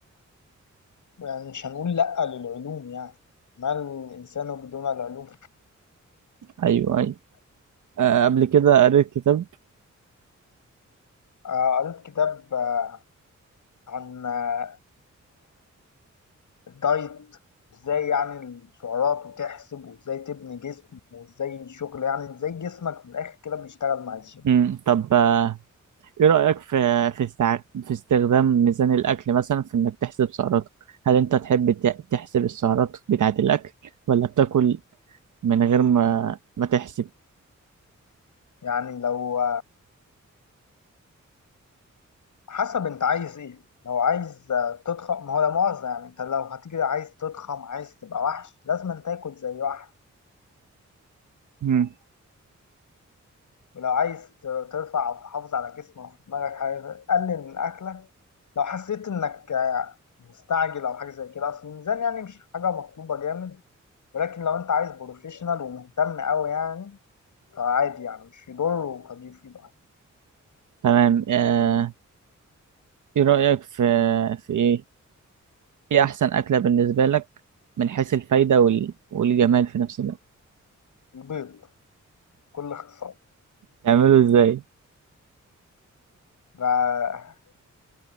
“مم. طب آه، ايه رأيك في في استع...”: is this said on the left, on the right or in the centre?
Right